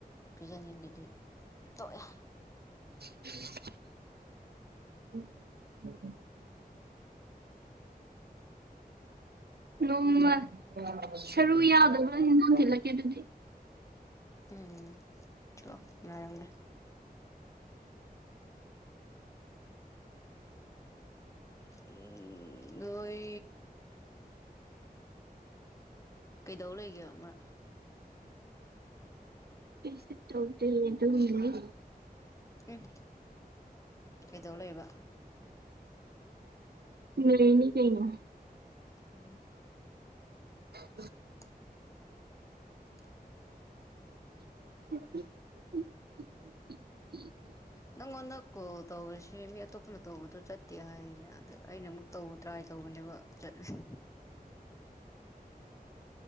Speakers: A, on the left; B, on the right.
A: ꯄꯤꯖꯅꯤꯡꯉꯗꯤ ꯇꯑꯦ
B: ꯎꯝ ꯅꯣꯡꯃ ꯁꯔꯨ ꯌꯥꯎꯗꯕ ꯍꯖꯣꯡ ꯊꯤꯜꯂꯛꯀꯦ ꯑꯗꯨꯗꯤ
A: ꯎꯝ ꯆꯣ ꯉꯔꯗꯦ <unintelligible> ꯎ ꯅꯣꯏ ꯀꯩꯗꯧ ꯂꯩꯒꯦ ꯑꯃ
B: ꯄꯁ ꯇꯧꯗ ꯑꯗꯨ ꯂꯩ
A: ꯎꯝ ꯏꯗꯣꯂ ꯏꯕ
B: ꯅꯅꯤ ꯅꯩꯅ
A: ꯎꯝ
B: <unintelligible>
A: <unintelligible>
B: <unintelligible>
A: ꯅꯪꯉꯣꯟꯗꯛ ꯀꯣ ꯇꯧꯕꯁꯤ ꯁꯤ ꯃꯤ ꯑꯇꯣꯞꯄꯅ ꯇꯧꯕꯗꯣ ꯆꯠꯇꯦ ꯍꯥꯏꯅꯦ ꯑꯗ ꯑꯩꯅ ꯑꯃꯨꯛ ꯇꯧꯕ ꯇ꯭ꯔꯥꯏ ꯇꯧꯕꯅꯦꯕ ꯆꯠꯂ <unintelligible>